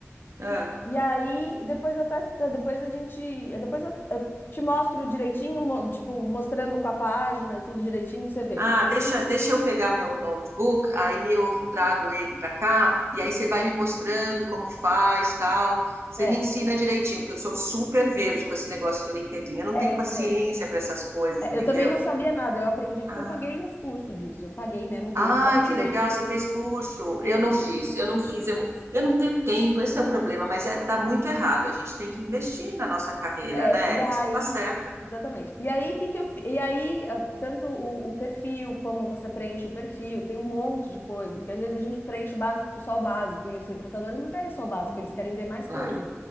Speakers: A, on the right (about 60°); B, on the left (about 45°).
A: Ah,
B: E aí, depois eu até, depois a gente, depois eu, eu te mostro direitinho, mo- tipo, mostrando com a página e tudo direitinho pra você ver.
A: ah, deixa, deixa eu pegar meu notebook, aí eu trago ele para cá, e aí você vai me mostrando como faz, tal. Você
B: É,
A: me ensina direitinho, porque eu sou super verde com esse negócio do LinkedIn. Eu não
B: é,
A: tenho
B: então.
A: paciência para essas coisas,
B: É,
A: entendeu?
B: Eu também não sabia nada, eu aprendi porque
A: Ah,
B: eu paguei uns cursos disso, eu paguei mesmo o curso
A: Ah,
B: para aprender.
A: que legal, você fez curso.
B: Isso,
A: Eu não fiz,
B: isso.
A: eu não fiz, eu, eu não tenho tempo, esse é o problema, mas é, tá muito errado. A gente tem que investir na nossa carreira,
B: É,
A: né?
B: e
A: Tá,
B: aí,
A: tá certa,
B: exatamente. E aí, que que eu, fi- e aí, ah, tanto o, o perfil, como você preenche o perfil, tem um monte de coisa, porque às vezes a gente preenche o básico, só o básico, e os recrutadores não querem só o básico, eles querem ver mais
A: claro,
B: coisas.